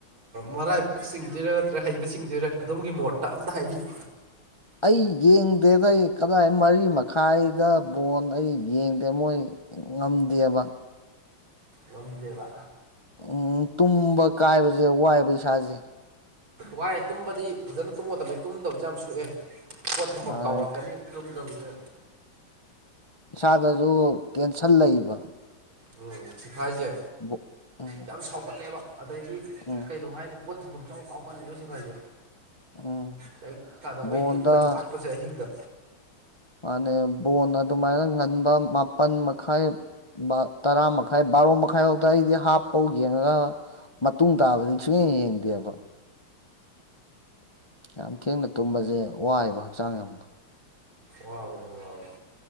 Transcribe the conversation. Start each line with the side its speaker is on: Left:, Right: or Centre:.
Right: ꯃꯔꯥꯏꯕꯛꯁꯤꯡꯁꯤꯗ ꯈ ꯍꯩꯕꯁꯤꯡꯗꯨꯔ ꯑꯗꯣꯝꯒꯤ ꯃꯣꯠꯇ ꯑꯝꯇ ꯍꯥꯏꯕꯤꯌꯨ
Left: ꯑꯩ ꯌꯦꯡꯗꯦꯗ ꯀꯗꯥꯏ ꯃꯔꯤ ꯃꯈꯥꯏꯗ ꯕꯣꯟ ꯑꯩ ꯌꯦꯡꯗꯦ ꯃꯣꯏ ꯉꯝꯗꯦꯕ
Right: ꯋꯥꯝꯗꯦꯕ
Left: ꯎꯝ ꯇꯨꯝꯕ ꯀꯥꯏꯕꯁꯦ ꯋꯥꯏꯕ ꯏꯁꯥꯁꯦ
Right: ꯋꯥꯏ ꯇꯨꯝꯕꯗꯤ ꯐꯖꯅ ꯇꯨꯝꯒꯗꯕꯅꯤ ꯇꯨꯝꯗꯕꯁꯨ ꯌꯥꯝ ꯁꯣꯛꯑꯦ ꯄꯣꯠ ꯊꯝꯐꯝ
Left: ꯃꯥꯅꯦ
Right: ꯀꯥꯎꯔꯛꯀꯅꯤ ꯐꯤꯂꯝꯗ ꯍꯧꯁꯛ
Left: ꯏꯁꯥꯗꯁꯨ ꯇꯦꯟꯁꯟ ꯂꯩꯕ
Right: ꯎꯝ ꯁꯤꯈꯥꯏꯁꯦ
Left: ꯕꯣ- ꯎꯝ
Right: ꯌꯥꯝ ꯁꯥꯎꯒꯠꯂꯦꯕ ꯑꯗꯩꯗꯒꯤ
Left: ꯎꯝ
Right: ꯀꯩꯅꯣ ꯍꯥꯏꯅꯤ ꯄꯣꯠ ꯊꯝꯐꯝꯁꯨ ꯌꯥꯝ ꯀꯥꯎꯒꯠꯂꯦꯕꯁꯨ ꯐꯔꯁꯦ
Left: ꯎꯝ
Right: ꯀꯔꯤꯒꯣꯕ ꯀꯥꯟꯗ
Left: ꯕꯣꯟꯗ
Right: ꯑꯩꯈꯣꯏ ꯇꯨꯝꯕ ꯌꯥꯝ ꯋꯥꯠꯄꯁꯦ ꯑꯍꯤꯡꯗ
Left: ꯃꯥꯅꯦ ꯕꯣꯟ ꯑꯗꯨꯃꯥꯏꯅ ꯉꯟꯕ ꯃꯥꯄꯜ ꯃꯈꯥꯏ ꯇꯔꯥ ꯃꯈꯥꯏ ꯕꯥꯔꯣ ꯃꯈꯥꯏ ꯐꯥꯎꯗ ꯑꯩꯗꯤ ꯍꯥꯞꯄꯥꯎ ꯌꯦꯡꯉꯒ ꯃꯇꯨꯡ ꯇꯥꯕꯗꯤ ꯁꯨꯡ ꯌꯦꯡꯗꯤꯕ ꯌꯥꯝ ꯊꯦꯡꯅ ꯇꯨꯝꯕꯁꯦ ꯋꯥꯏꯕ ꯍꯛꯆꯥꯡ ꯌꯥꯝꯗꯣ
Right: ꯋꯥꯕꯅꯤ ꯋꯥꯅꯤ